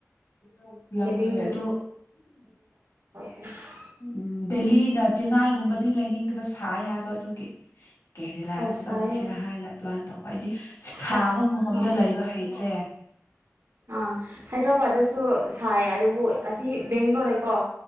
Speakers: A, on the left; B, on the right.
A: ꯎꯝ ꯌꯥꯝ
B: ꯁꯦꯚꯤꯡ
A: ꯐꯦ ꯑꯗꯨ__
B: ꯎ
A: ꯎꯝ ꯗꯦꯜꯂꯤꯒ ꯆꯦꯟꯅꯥꯏꯒꯨꯝꯕꯗꯤ ꯂꯩꯅꯤꯡꯗꯕ ꯁꯥꯌꯦ ꯍꯥꯏꯕ ꯑꯗꯨꯒꯤ ꯀꯦꯔꯦꯂꯥꯗ
B: ꯑꯣ ꯁꯥꯏ
A: ꯆꯪꯁꯤꯔꯥ ꯍꯥꯏꯅ ꯄ꯭ꯂꯥꯟ ꯇꯧ__ ꯑꯩꯗꯤ
B: ꯍꯥꯏ
A: ꯁꯥꯕ ꯃꯐꯝꯗ
B: ꯑꯥ
A: ꯂꯩꯕ ꯍꯩꯇ꯭ꯔꯦ
B: ꯑꯥ ꯍꯥꯏꯗ꯭ꯔꯕꯥꯗ ꯗꯁꯨ ꯁꯥꯌꯦ ꯑꯗꯨꯝ ꯑꯣꯏ ꯑꯁꯤ ꯕꯦꯡꯒꯂꯣꯔꯗꯩꯀꯣ